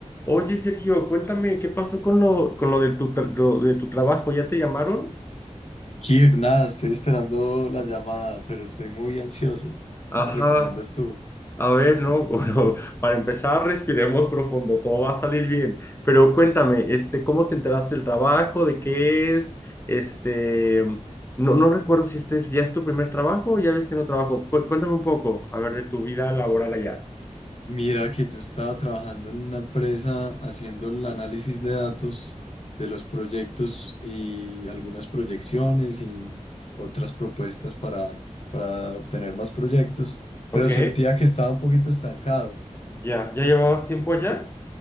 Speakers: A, on the left (about 20°); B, on the left (about 55°).
A: Oye, Sergio, cuéntame, ¿qué pasó con lo, con lo, del tu tra- lo de tu trabajo? ¿Ya te llamaron?
B: Kir, nada, estoy esperando la llamada, pero estoy muy ansioso. ¿Qué
A: Ajá,
B: me recomiendas tú?
A: a ver, no, <laughs> bueno, para empezar, respiremos profundo, todo va a salir bien. Pero cuéntame, este, ¿cómo te enteraste del trabajo? ¿De qué es? Este, no, no recuerdo si este es, ya es tu primer trabajo o ya habías tenido trabajo. Cu- Cuéntame un poco, a ver, de tu vida laboral allá.
B: Mira que yo estaba trabajando en una empresa haciendo el análisis de datos de los proyectos y algunas proyecciones y otras propuestas para, para obtener más proyectos, pero
A: Ok,
B: sentía que estaba un poquito estancado.
A: ya, ¿ya llevabas tiempo allá?